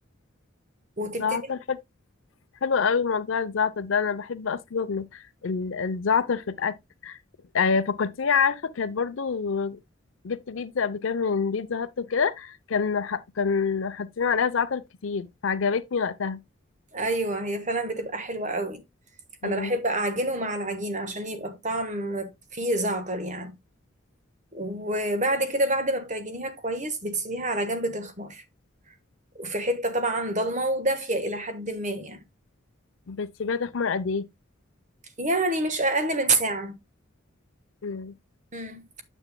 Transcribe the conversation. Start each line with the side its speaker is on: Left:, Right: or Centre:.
Right: وتبتدي
Left: ده حلو قوي موضوع الزعتر ده انا بحب اصلا ال- الزعتر في الاكل آه، فكرتيني عارفه كانت برضو جبت بيتزا قبل كده من بيتزا هات وكده كان ح... كان حاطين عليها زعتر كتير فعجبتني وقتها
Right: ايوه هي فعلا بتبقى حلوه قوي
Left: مم.
Right: انا بحب اعجنه مع العجينه عشان يبقى الطعم فيه زعتر يعني وبعد كده بعد ما بتعجنيها كويس بتسيبيها على جنب تخمر في حته طبعا ضلمه ودافيه الى حد ما يعني
Left: بتسيبها تخمر قد ايه
Right: يعني مش اقل من ساعه
Left: مم.
Right: مم.